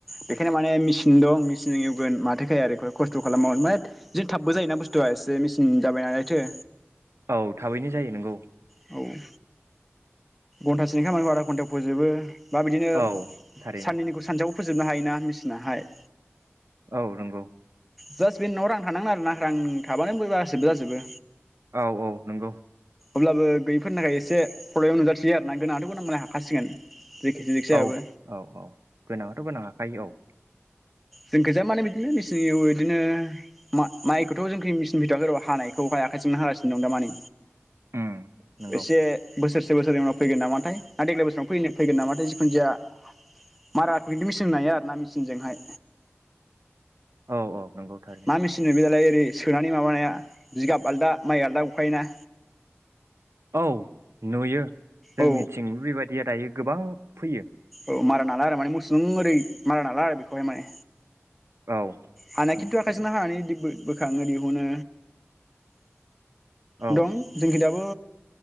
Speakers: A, in the centre; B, on the right (about 70°).
A: बेखायनो माने मेसिन दं मेसिनजों एवगोन माथोखाया आरो खस्थ खालामाव ओमफ्राय बिदिनो थाबबो जायोना बुस्थुआ एसे मेचिन जाबाय नालायथो
B: औ थाबैनो जायो नंगौ
A: औ घन्टासेनि खामानिखौ आदा घन्टायाव फोजोबो बा बिदिनो
B: औ थारैनो
A: साननैनिखौ सानसेयाव फोजोबनो हायो ना मेसिनाहाय
B: औ नंगौ
A: जास बे नोंनाव रां थानांगोन आरोना रां थाबानो बो गासोबो जाजोबो
B: औ औ नंगौ
A: अब्लाबो गैयैफोरनि थाखाय एसे प्रब्लेम नुजाथि बियो आरना गोनां आथ गोनां मालाय हाखासिगोन जेखि जेखिजायाबो
B: औ औ औ गोनाङाथ गोनां हायो औ
A: जोंखैजाय माने बिदिनो मिसिनजों एवो इदिनो मा माइखौथ जोंखै मिसिन फैथवाखै र हानायखौहाय आखाइजोंनो हागासिनो दं दामानि
B: उम नंगौ
A: एसे बोसोरसे बोसोरनैनि उनाव फैगोन नामाथाय ना देग्लाय बोसोराव नो फ फैगोन नामाथाय जिखुनु जाया माराखौ खिन्थु मिसिनजोंनो हायो आरो ना मिसिं जोंहाय
B: औ औ नंगौ थारैनो
A: मा मेसिन बे दालाय ओरै सोनानै माबानाया जिगाब आलदा माइ आलादा गखायोना
B: औ नुयो जोंनिथिंबो
A: औ
B: बेबायदिया दायो गोबां फैयो
A: औ मारा नाला आरो माने मुसुजों ओरै मारा नाला आरो बेखौहाय माय
B: औ
A: हानाय
B: उम
A: खिनथु आखायजोंनो
B: थारैनो
A: हानानै दिबो बो खाङो दिहुनो
B: औ
A: दं जोंखि दाबो